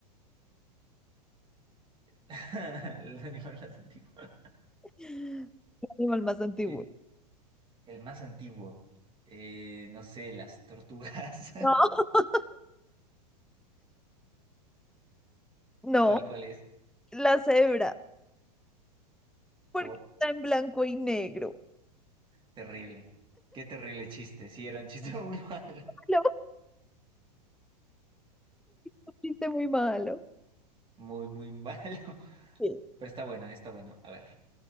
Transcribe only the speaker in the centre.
el animal más antiguo.
No, <laughs>
no,
la cebra, porque
está en blanco y negro.
Malo, un chiste muy malo.
Sí.